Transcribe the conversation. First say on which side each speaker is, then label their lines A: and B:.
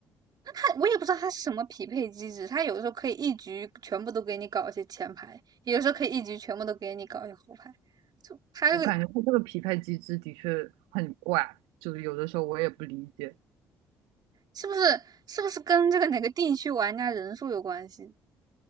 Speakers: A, on the right (about 50°); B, on the right (about 75°).
A: 那他我也不知道他是什么匹配机制，他有的时候可以一局全部都给你搞一些前排，有的时候可以一局全部都给你搞一些后排，就他这个
B: 我感觉他这个匹配机制的确很怪，就有的时候我也不理解，
A: 是不是是不是跟这个哪个地区玩家人数有关系？